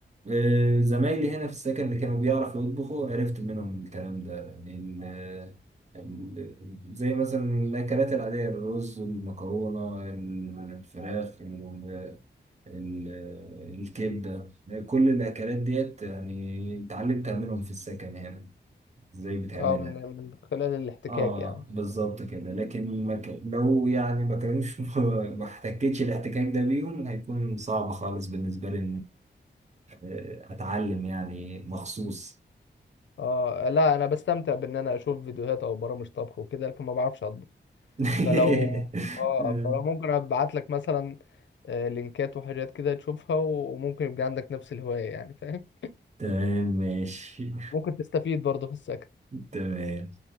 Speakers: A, on the right; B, on the left.
A: آه، زمايلي هنا في السكن اللي كانوا بيعرفوا يطبخوا عرفت منهم الكلام ده يعني ال- ال- زي مثلا الأكلات العادية الرز المكرونة الفراخ ال- ال- الكبدة كل الأكلات ديت يعني اتعلمت أعملهم في السكن هنا ازاي بتعملها
B: اه من... من خلال الاحتكاك
A: اه
B: يعني
A: بالظبط كده لكن ما ك... لو يعني ما كانوش <laughs> ما احتكتش الاحتكاك ده بيهم هيكون صعب خالص بالنسبة لي آه، اتعلم يعني مخصوص
B: اه لا انا بستمتع بان انا اشوف فيديوهات او برامج طبخ وكده لكن ما بعرفش اطبخ
A: <laughs>
B: فلو اه
A: آه،
B: فلو ممكن ابعت لك مثلا آه، لينكات وحاجات كده تشوفها وممكن يبقى عندك نفس الهواية يعني فاهم
A: تمام ماشي
B: ممكن تستفيد برضه في السكن
A: تمام